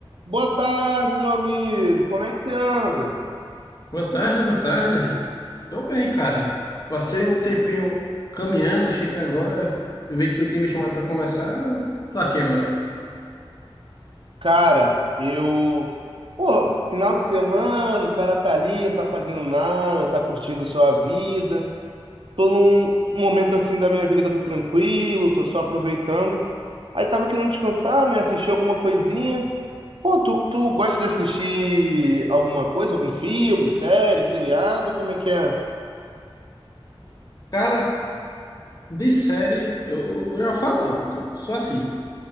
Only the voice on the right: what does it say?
Boa tarde, meu amigo. Como é que você anda?
Cara, eu. Pô, final de semana, o cara tá ali, não tá fazendo nada, tá curtindo sua vida. Tô num momento assim da minha vida que eu tô tranquilo, tô só aproveitando. Aí tava querendo descansar, né? Assistir alguma coisinha. Pô, tu, tu gosta de assistir alguma coisa, algum filme, série, seriado? Como é que é?